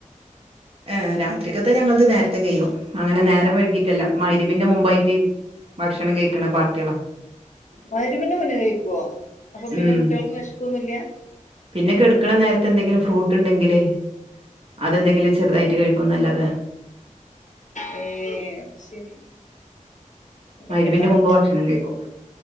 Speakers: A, on the right (about 45°); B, on the left (about 65°).
A: ഏഹ് രാത്രിക്കത്തെഞങ്ങളത് നേരത്തെ കൈയ്യും അങ്ങനെ നേരം വൈകിറ്റല്ല മഗ്രി ബിന്റെ മുമ്പായിട്ട് ഭക്ഷണം കഴിക്കണ പാർട്ടികളാ
B: മഗ്രിബിന് മുന്നേ കഴിക്കുവോ അപ്പൊ പിന്നെ
A: ഉം
B: കുട്ടികൾക്ക് വിഷക്കൊന്നുഇല്ലാ
A: പിന്നെ കെടുക്കണ നേരത്തെ ന്തെങ്കിലും ഫ്രൂട്ട് ണ്ടെങ്കില് അതെന്തെങ്കിലും ചെറുതായിട്ട് കഴിക്കുംന്നല്ലാതെ
B: ഏ. അത് ശരി അതൊക്കെ
A: മഗ്‌രിബിന്റെ
B: എല്ലാവർക്കും
A: മുമ്പ് ഭക്ഷണം കഴിക്കും